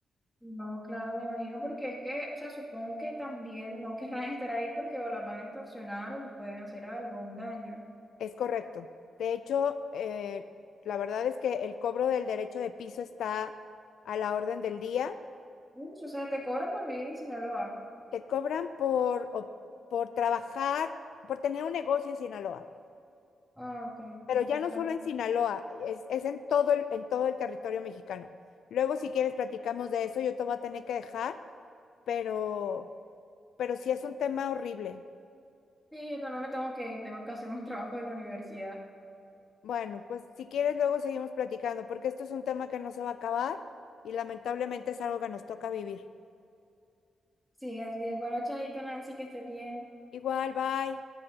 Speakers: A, in the centre; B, on the left (about 80°).
A: No, claro, me imagino porque es que, o sea, supongo que también no querrán <laughs> estar ahí porque o las van a extorsionar o les pueden hacer algo, un daño.
B: Es correcto. De hecho, eh, la verdad es que el cobro del derecho de piso está a la orden del día.
A: Ush, O sea, te cobran por vivir en Sinaloa.
B: Te cobran por, o- por trabajar, por tener un negocio en Sinaloa,
A: Ah, ok,
B: pero
A: aquí
B: ya no
A: también.
B: solo en Sinaloa, es, es en todo el, en todo el territorio mexicano. Luego, si quieres, platicamos de eso. Yo te voy a tener que dejar, pero, pero sí es un tema horrible.
A: Sí, yo también me tengo que ir, tengo que hacer un <laughs> trabajo de la universidad.
B: Bueno, pues si quieres, luego seguimos platicando, porque esto es un tema que no se va a acabar y lamentablemente es algo que nos toca vivir.
A: Sí, así es. Bueno, chaito, Nancy, que estés bien.
B: Igual, bye.